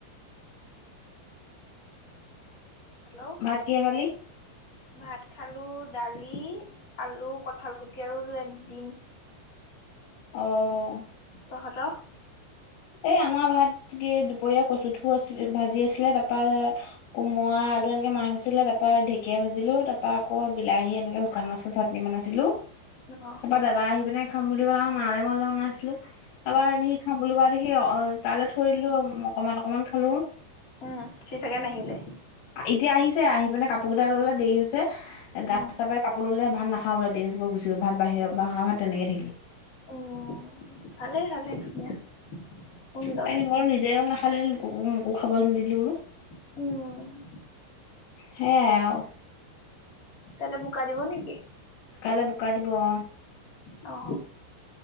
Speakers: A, on the left; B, on the left.
A: <inaudible>
B: হেল্ল'!
A: ভাত কিহে খালি?
B: ভাত খালোঁ দালি, আলু, কঠাল-গুটি, আৰু দিম।
A: অ
B: তহঁতৰ-
A: এই আমাৰ ভাত কি দুপৰীয়া কচুঠু আছিল ভাজি আছিলে তাৰপা কোমৰা আৰু এনেকে মাছ আছিলে তাৰ পৰা ঢেকীয়া, ভাজিলো তাৰ পৰা আকৌ বিলাহী এনেকে শুকান মাছৰ চাটনি বনাইছিলো
B: অ
A: তাৰপৰা দাদা আহি পিনে খাম বুলি ক'লে মা মইলে অলপ বনাইছিলো তাৰপৰা সি খাম বুলি কোৱা দেখি- কি অ তালৈ থৈ দিলো অকমান অকমান খালো।
B: উম সি চাগে নাহিলে
A: এতিয়া আহিছে আহি পিনে কাপোৰ কেইটা ললে দেৰি হৈছে গা
B: উম
A: কাপোৰ <unintelligible> ভাত নাখায় বোলে দেৰি হৈছে গুচি গল ভাত বাহিৰে বাঢ়া ভাত তেনেকে থাকিল।
B: অ ভাৱেই ভালেই ধুনীয়া। সুন্দৰ
A: চাইনে নিজেও নাখালি মোকো খাবলৈ নিদিলি বোলো।
B: উম
A: সেয়াই আৰু
B: কাইলৈ বোকা দিব নেকি?
A: কালৈ বোকা দিব অ,
B: অ